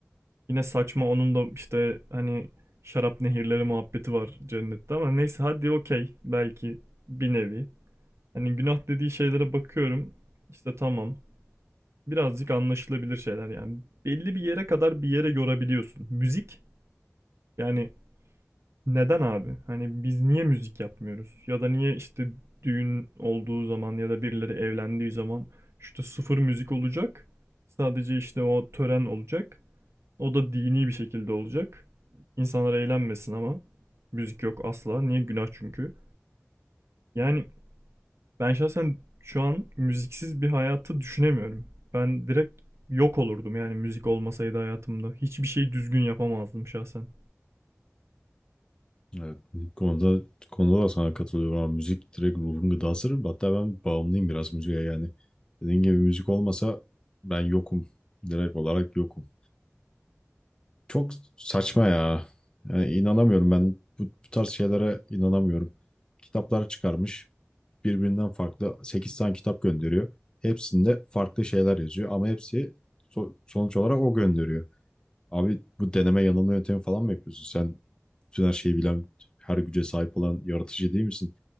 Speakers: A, on the right; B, on the left.
A: Yine saçma onun da işte hani şarap nehirleri muhabbeti var cennette ama neyse hadi okey belki bir nevi. Hani günah dediği şeylere bakıyorum. İşte tamam. Birazcık anlaşılabilir şeyler yani. Belli bir yere kadar bir yere yorabiliyorsun. Müzik yani Neden abi? Hani biz niye müzik yapmıyoruz? Ya da niye işte düğün olduğu zaman ya da birileri evlendiği zaman işte sıfır müzik olacak. Sadece işte o tören olacak. O da dini bir şekilde olacak. İnsanlar eğlenmesin ama müzik yok asla. Niye? Günah çünkü. Yani ben şahsen şu an müziksiz bir hayatı düşünemiyorum. Ben direkt yok olurdum yani müzik olmasaydı hayatımda. Hiçbir şey düzgün yapamazdım şahsen.
B: Evet, bu konuda konuda da sana katılıyorum ama müzik direkt ruhun gıdası. Hatta ben bağımlıyım biraz müziğe yani. Dediğin gibi müzik olmasa ben yokum. Direkt olarak yokum. Çok saçma ya. Yani inanamıyorum ben bu, bu tarz şeylere inanamıyorum. Kitaplar çıkarmış. Birbirinden farklı 8 tane kitap gönderiyor. Hepsinde farklı şeyler yazıyor ama hepsi so- sonuç olarak o gönderiyor. Abi bu deneme yanılma yöntemi falan mı yapıyorsun? Sen bütün her şeyi bilen, her güce sahip olan yaratıcı değil misin?